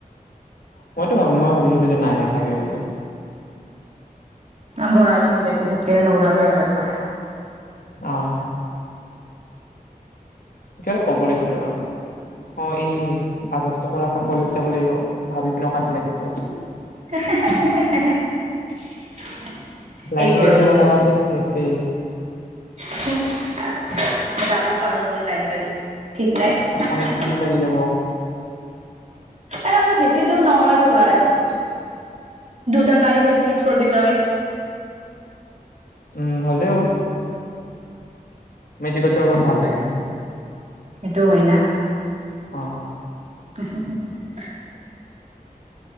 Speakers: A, on the left; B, on the right.
A: মইতো ভা মই ভাবিছিলো যে নাহে চাগে বুলি।
B: নাম ভৰাই দিম দে পিছতকে নোলাবি আৰু একবাৰ।
A: অঁ, কিবা এটা ক'ব লৈছিলো ৰ। অঁ ই আগষ্টৰ পৰা আকৌ কলেজ যাব লাগিব। ভাবি কিনে অশান্তি লাগি যাব।
B: <unintelligible>
A: লাইনগাৰিত
B: এই গৰমটোত
A: যাব লগা হ'লে টো ছেছে।
B: <unintelligible> যাব পাৰ তই লাইন গাড়ীত, ঠিক নাই
A: অশান্তি লাগি যাব
B: এ <unintelligible> বেছি দূৰ নহয়তো ভাই, দুটা গাড়ীহে চেঞ্জ কৰবি তই।
A: উম হলেও, মেজিকত যাব বহুত ভাল লাগে।
B: সেইটো হয় না।
A: অ
B: <unintelligible>